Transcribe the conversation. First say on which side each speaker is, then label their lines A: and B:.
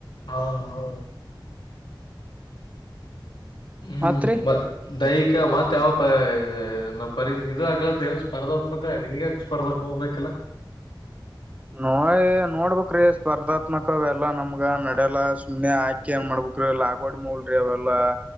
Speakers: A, on the left (about 80°); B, on the right (about 15°).
A: ಹಾ ಹಾ ಹ್ಮ್
B: ಮತ್ರಿ
A: ಮ ದೈ ಮತ್ ಯಾವ ಪಾ ಇ ಪರಿಸ ಇದು ಆಗ್ಲತ್ತ ಏ ಸ್ಪರ್ಧಾತ್ಮಕ ನಿಮ್ಗೆ ಸ್ಪರ್ಧಾತ್ಮಕ ಬೇಕಿಲ್ಲ <inaudible>
B: ನೋಯ ನೋಡ್ಬ್ರೀ ಸ್ಪರ್ಧಾತ್ಮಕ ಎಲ್ಲಾ ನಮ್ಗ ನಡೆಲ್ಲ ಸುಮ್ನೆ ಆಕಿ ಏನ್ ಮಾಡ್ಬ ಕುಗ್ರ ಲ ಆಗೋಡ್ ಮಲ್ರಿ ಅವೆಲ್ಲಾ